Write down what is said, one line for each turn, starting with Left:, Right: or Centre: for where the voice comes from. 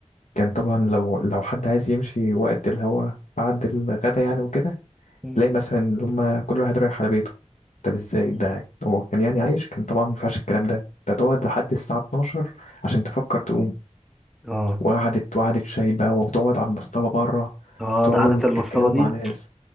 Left: كان طبعا لو لو حد عايز يمشي وقت اللي هو بعد الغدا يعني وكده
Centre: مم.
Left: تلاقي مثلا اللي هما كل واحد رايح على بيته طب ازاي
Centre: مم.
Left: ده هو كان يعني عايش كان طبعا ما ينفعش الكلام ده انت تقعد لحد الساعة 12 عشان تفكر تقوم
Centre: اه
Left: وقعدت وقعدت شاي بقى وتقعد على المصطبة بره
Centre: اه
Left: تقعدوا
Centre: ده عادة المصطبة
Left: تتكلموا
Centre: دي
Left: مع ناس